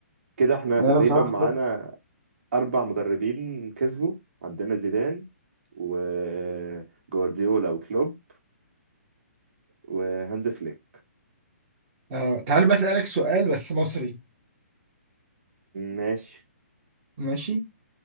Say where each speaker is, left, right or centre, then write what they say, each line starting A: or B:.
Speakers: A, on the right (about 55°); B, on the right (about 25°).
A: كده احنا
B: لا،
A: تقريبا
B: انا بصراحه
A: معانا
B: كلوب
A: أربع مدربين كسبوا عندنا زيدان وجوارديولا وكلوب وهانز فليك
B: آه، تعال بقى اسالك سؤال بس مصري
A: ماشي
B: ماشي